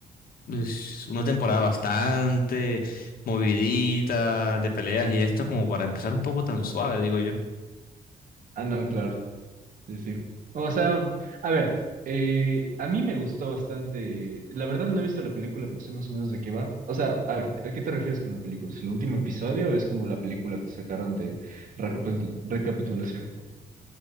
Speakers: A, on the left; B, on the right.
A: pues, una temporada bastante movidita, de peleas y esto, como para empezar un poco tan suave, digo yo.
B: Ah, no, claro. Sí, sí. O sea, a ver, eh, a mí me gustó bastante. La verdad no he visto la película, pero sé más o menos de qué va. O sea, a ver, ¿a qué te refieres con la película? ¿Es el último episodio o es como la película que sacaron de recapi- recapitulación?